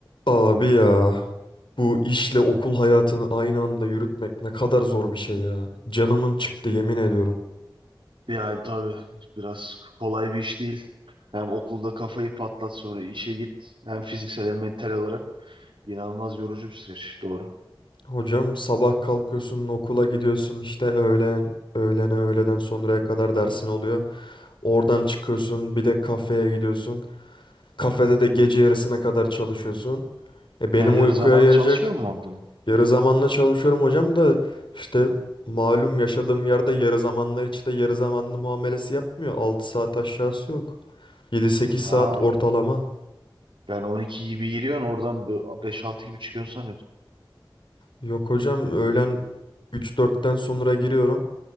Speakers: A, on the left; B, on the right.
A: Abi ya bu işle okul hayatını aynı anda yürütmek ne kadar zor bir şey ya. Canımın çıktı yemin ediyorum.
B: Yani tabii biraz kolay bir iş değil. Hem okulda kafayı patlat sonra işe git. Hem fiziksel hem mental olarak inanılmaz yorucu bir süreç. Doğru.
A: Hocam sabah kalkıyorsun okula gidiyorsun işte öğlen öğlene öğleden sonraya kadar dersin oluyor. Oradan çıkıyorsun bir de kafeye gidiyorsun. Kafede de gece yarısına kadar çalışıyorsun. E benim
B: Yani yarı
A: uykuya
B: zamanlı
A: yarayacak
B: çalışmıyor mu orada?
A: Yarı zamanla çalışıyorum hocam da işte malum yaşadığım yerde yarı zamanlar hiç de yarı zamanlı muamelesi yapmıyor. altı saat aşağısı yok. yedi sekiz
B: Ha,
A: saat ortalama.
B: ben 12 gibi giriyorsun oradan beş altı gibi çıkıyorsun sanıyordum.
A: Yok hocam öğlen üç dörtten sonra giriyorum.